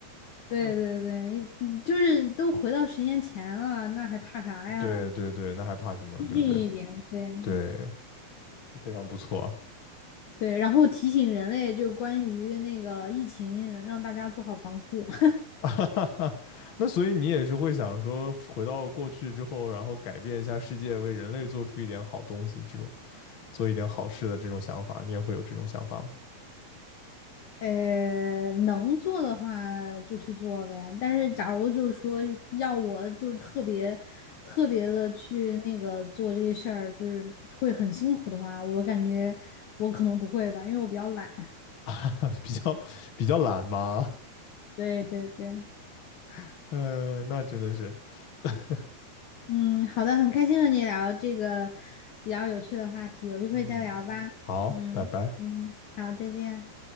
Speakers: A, on the left; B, on the left.
A: 对对对，你就是都回到十年前了，那还怕啥呀？
B: <laughs> 对对对，那还怕什么？
A: 激进一点，
B: 对不对？
A: 对
B: 对，非常不错。
A: 对，然后提醒人类就关于那个疫情，让大家做好防护。<laughs>
B: <laughs> 那所以你也是会想说，回到过去之后，然后改变一下世界，为人类做出一点好东西，这种做一点好事的这种想法，你也会有这种想法吗？
A: 呃，能做的话就去做呗。但是，假如就是说要我就是特别特别的去那个做这些事儿，就是会很辛苦的话，我感觉我可能不会吧，因为我比较懒。
B: <laughs> 比较比较懒吗？
A: 对对对，
B: <laughs> 嗯，那真的是 <laughs>
A: 嗯，好的，很开心和你聊这个比较有趣的话题，有机会再聊吧。
B: 嗯。好，
A: 嗯嗯，
B: 拜拜。
A: 好，再见。